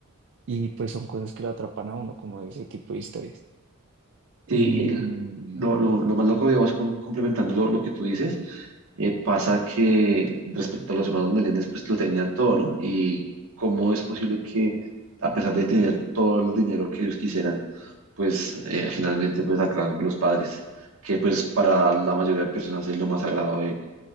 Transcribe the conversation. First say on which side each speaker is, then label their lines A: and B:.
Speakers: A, on the right; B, on the right.
A: y pues son cosas que lo atrapan a uno, como ese tipo de historias. Y
B: Sí, y el-
A: mm,
B: lo, lo- lo más loco, digamos, com- complementando lo, lo que tú dices, eh, pasa que respecto a los hermanos Meléndez, pues lo tenían todo, ¿no? Y cómo es posible que, a pesar de tener todo el dinero que ellos quisieran, pues eh, finalmente pues acaban con los padres, que pues para la mayoría de personas es lo más sagrado de-